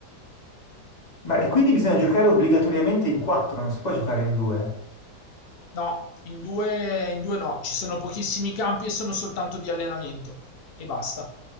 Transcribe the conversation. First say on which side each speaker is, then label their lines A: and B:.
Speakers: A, on the left (about 25°); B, on the left (about 80°).
A: Ma e quindi bisogna giocare obbligatoriamente in quattro, non si può giocare in due.
B: No, in 2 in 2 no, ci sono pochissimi campi e sono soltanto di allenamento e basta.